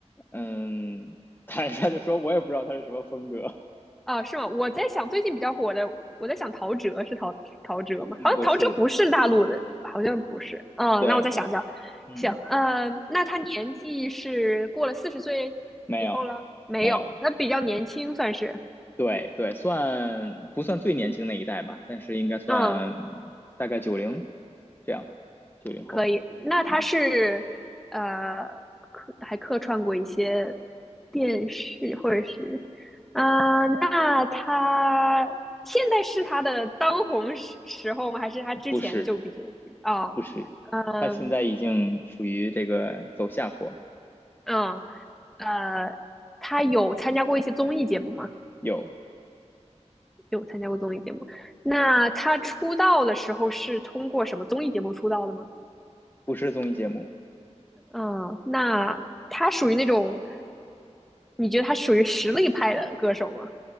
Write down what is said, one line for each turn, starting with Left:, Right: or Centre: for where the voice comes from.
Left: 嗯，坦率的说，我也不知道他是什么风格，
Centre: 啊，是吗？我在想最近比较火的，我在想陶喆是陶陶喆吗？
Left: 不不是，
Centre: 好像陶喆不是大陆的，好像不是。嗯，
Left: 对他，
Centre: 那我再想想，
Left: 嗯，
Centre: 想，呃，那他年纪是过了四十岁以后了？
Left: 没有
Centre: 没有，
Left: 没有，
Centre: 他比较年轻算是。
Left: 对对，算不算最年轻那一代吧？但是应该算
Centre: 嗯，
Left: 大概九零这样，九零后，
Centre: 可以，那他是呃客还客串过一些
Left: 嗯，
Centre: 电视或者是，呃，那他现在是他的当红时时候吗？还是他之前就比较哦，
Left: 不是不是，
Centre: 嗯
Left: 他现在已经属于这个走下坡，
Centre: 嗯呃，他有参加过一些综艺节目吗？
Left: 有
Centre: 有参加过综艺节目。那他出道的时候是通过什么综艺节目出道的吗？
Left: 不是综艺节目，
Centre: 嗯，那他属于那种，你觉得他属于实力派的歌手吗？